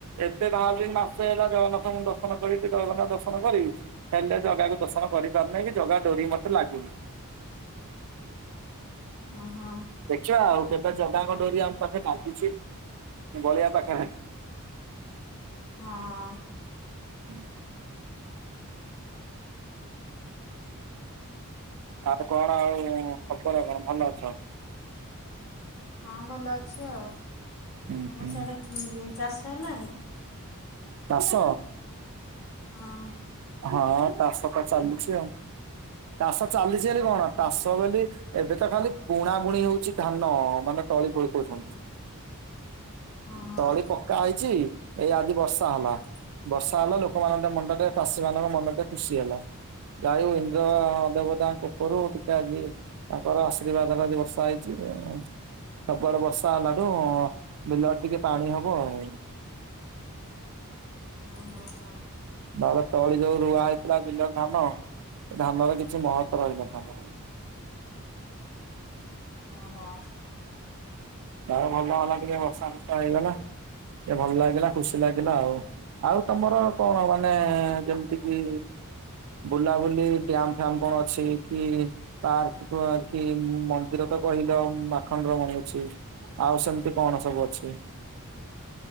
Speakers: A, on the right; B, on the left.
A: ଏବେ ବାହାରିଲିଣି ମାସେ ହେଲା ଜଗନ୍ନାଥଙ୍କୁ ଦର୍ଶନ କରିବି ଜଗନ୍ନାଥ ଦର୍ଶନ କରିବି ହେଲେ ଜ ଜଗାକୁ ଦର୍ଶନ କରିପାରୁନାହିଁ କି ଜଗା ଡୋରି ମତେ ଲାଗୁନି।
B: ଓ ହୋ।
A: ଦେଖିବା ଆଉ କେବେ ଜଗାଙ୍କ ଡୋରି ଆମ ପାଖେ ଲାଗୁଛି ବଳିଆ ପାଖେ
B: ହଁ।
A: ହୁଁ। ଆଉ କଣ ଆଉ ଖବର କଣ ଭଲ ଅଛ?
B: ହଁ ଭଲ ଅଛି ଆଉ
A: ହୁଁ
B: ତମ
A: ହୁଁ
B: ସେଆଡେ ବେ ଚାଷ ହେଲାଣି?
A: ତାଷ।
B: ହଁ।
A: ହଁ ତାସ ତ ଚାଲିଛି ଆଉ। ତାଷ ଚାଲିଛି ହେଲେ କଣ ତାଷ ବୋଲି ଏବେ ତ ଖାଲି ବୁଣା ବୁଣି ହଉଛି ଧାନ ମାନେ ତଳି ଫଳି କରୁଛନ୍ତି।
B: ହଁ ହଁ।
A: ତଳି ପକା ହେଇଛି। ଏଇ ଆଜି ବର୍ଷା
B: ହଁ
A: ହେଲା ବର୍ଷା ହେଲା ଲୋକମାନଙ୍କ ମନ ଟା ତାଷୀ ମାନଙ୍କ ମନଟା ଖୁସି ହେଲା। ଗାଈ ଇନ୍ଦ୍ର ଦେବତାଙ୍କ କୋପରୁ ଟିକେ ଆଜି ତାଙ୍କର ଆର୍ଶୀବାଦରେ ଆଜି ବର୍ଷା ହେଇଛି। ଏ ସବୁଆଡେ ବର୍ଷା ହେଲାଠୁ ବିଲ ଆଡେ ଟିକେ ପାଣି ହବ ଆଉ।
B: ହଁ ହଁ ହଁ।
A: ନ ହେଲେ ତଳି ଯୋଉ ରୁଆ ହେଇଥିଲା ବିଲ ଧାନ ସେ ଧାନର କି ଛି ମହତ୍ତ୍ୱ ରହି ନଥାନ୍ତା।
B: ଓ ହୋ।
A: ଯା ହଉ ଭଲ ହେଲା ଟିକେ ବର୍ଷା ଫର୍ଷା ହେଇଗଲା ଟିକେ ଭଲ ଲାଗିଲା ଖୁସି ଲାଗିଲା ଆଉ ଆଉ ତମର କଣ ମାନେ ଯେମିତି କିି ବୁଲାବୁଲି ଡିଆମ୍ ଫ୍ୟାମ୍ କଣ ଅଛି କି ପାର୍କ ଆ କି ମନ୍ଦିର ତ କହିଲ ଉଁ ଆଖଣ୍ଡଳ ମଣି ଅଛି ଆଉ ସେମିତି କଣ ସବୁ ଅଛି?